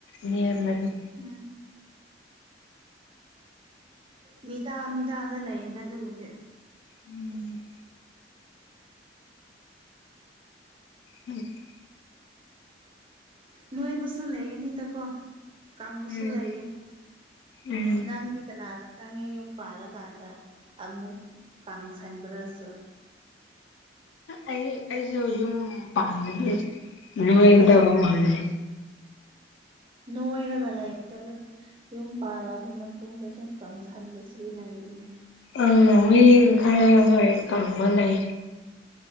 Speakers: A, on the left; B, on the right.
A: ꯅꯦꯝꯔꯗꯤ
B: ꯎꯝ ꯃꯤꯗꯥ ꯃꯤꯗꯥꯗ ꯂꯩꯌꯦꯗ ꯑꯗꯨꯕꯨꯗꯤ
A: ꯎꯝ ꯎꯝ꯫ <inaudible>
B: ꯅꯣꯏꯕꯁꯨ ꯂꯩꯒꯅꯤꯗꯀꯣ ꯀꯪꯕꯁꯨ
A: ꯎꯝ
B: ꯂꯩꯒꯅꯤ
A: ꯎꯝ
B: ꯅꯪꯗꯤ ꯀꯅꯥꯅ ꯈꯪꯉꯦ ꯌꯨꯝ ꯄꯥꯜꯂꯀꯥꯟꯗ ꯑꯃꯨꯛ ꯀꯪꯁꯟꯕꯔꯁꯨ
A: ꯑꯩ-ꯑꯩꯁꯨ ꯌꯨꯝ ꯄꯥꯟꯕꯗꯤ ꯂꯣꯏꯒꯗꯕ ꯃꯥꯂꯦ
B: ꯅꯣꯡꯑꯔꯒ <inaudible> ꯌꯨꯝ ꯄꯥꯜꯂꯕ ꯃꯇꯨꯡꯗ ꯑꯗꯨꯝ ꯀꯪꯁꯟꯕꯁꯤ ꯂꯩꯕꯅꯦ
A: ꯑ ꯃꯤ ꯈꯔ ꯍꯣꯏ ꯀꯪꯕ ꯂꯩ꯫